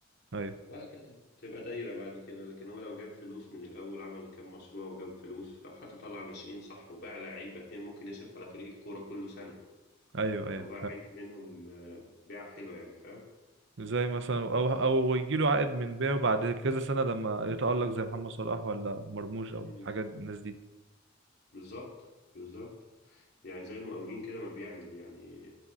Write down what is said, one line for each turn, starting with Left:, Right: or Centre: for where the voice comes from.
Right: ايوه
Left: وهكذا تبقى دايرة بعد كده لكن هو لو جاب فلوس من الأول عمل كام مشروع وجاب فلوس لو حتى طلع ناشئين صح وباع لعيبة اتنين ممكن يصرف على فريق الكورة كله سنة
Right: ايوه ايوه
Left: لو باع العيب منهم آه، بيعة حلوة يعني فاهم
Right: زي مثلا او او يجي له عائد من بيعه بعد كذا سنه لما يتالق زي محمد صلاح ولا مرموش او
Left: مم.
Right: الحاجات الناس دي
Left: بالظبط بالظبط يعني زي المقاولين كده ما بيعمل يعني